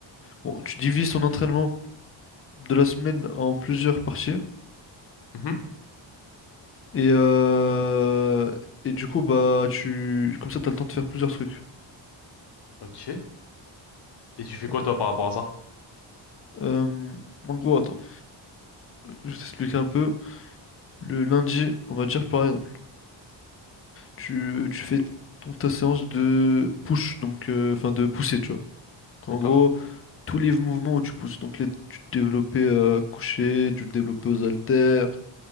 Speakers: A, on the left (about 30°); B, on the left (about 60°).
A: Bon, tu divises ton entraînement de la semaine en plusieurs parties
B: Mhm.
A: et euh, et du coup bah tu comme ça t'as le temps de faire plusieurs trucs.
B: Ok. Et tu fais
A: Attends.
B: quoi toi par rapport à ça?
A: Euh, En gros, attends, je vais t'expliquer un peu. Le lundi, on va dire par exemple, tu, tu fais ton, ta séance de push, donc euh, enfin de pousser, tu vois. En
B: D'accord.
A: gros, tous les mouvements où tu pousses, donc les, du développé euh, couché, du développé aux haltères,